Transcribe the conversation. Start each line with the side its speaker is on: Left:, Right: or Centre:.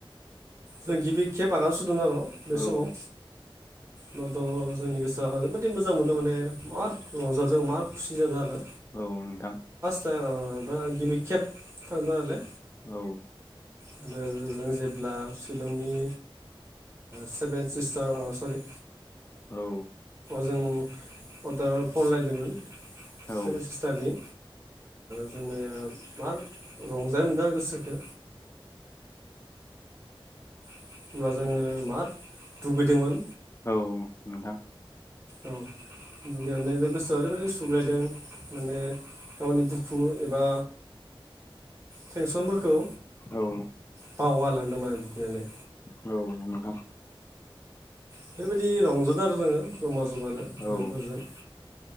Right: जों गिबि खेब बागान सुदों आरो बे
Left: औ
Right: समाव होमबाथ' जोंनि गोसोआ ओरैबायाददि मोजां मोनो माने मार रंजादों मार खुसि जादों आरो
Left: औ नोंथां
Right: औ गिबि खेब थांदोंलाय
Left: औ
Right: आरो जों जेब्ला शिलंनि सेभेन ससटार सरि
Left: औ
Right: जों अवाटार फल लायदोंमोन
Left: औ
Right: सेभेन सिस्टारनि जोंनिया मा रंजाय मोनदों गोसोखो होनोमब्ला जोङो माद दुगैदोंमोन
Left: औ नोंथां
Right: औ दुगैनायजों गोसोआव ओरैबायदि सुग्लायदों माने गावनि दुखु एबा टेंसनफोरखौ
Left: औ
Right: बावगारलांदोंमोन बुग्नानै
Left: औ
Right: बेफोरबायदि रंजादों आरो जोङो जमा जमानो
Left: औ
Right: लोगोफोरजों